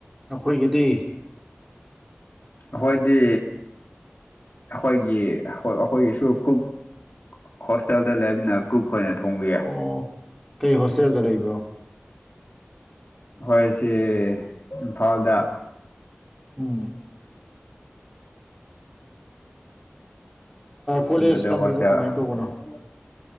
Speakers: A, in the centre; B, on the left.
A: ꯅꯈꯣꯏꯒꯤꯗꯤ
B: ꯍꯣꯏꯗꯤ ꯑꯩꯈꯣꯏꯒꯤ ꯍꯣꯏ ꯑꯩꯈꯣꯏꯒꯤꯁꯨ ꯀꯨꯛ ꯍꯣꯁꯇꯦꯜꯗ ꯂꯩꯕꯅ ꯀꯨꯛꯈꯣꯏꯅ ꯊꯣꯡꯕ ꯌꯥꯏ
A: ꯑꯣ ꯀꯩ ꯍꯣꯁꯇꯦꯜꯗ ꯂꯩꯕ꯭ꯔꯣ
B: ꯍꯣꯏ ꯁꯤ ꯏꯝꯐꯥꯜꯗ
A: ꯎꯝ ꯀꯣꯂꯦꯖ
B: ꯑꯗꯨꯗ
A: ꯇꯝꯃꯤꯔꯣ
B: ꯍꯣꯁꯇꯦꯜ
A: ꯀꯃꯥꯏꯅ ꯇꯧꯕꯅꯣ
B: <unintelligible>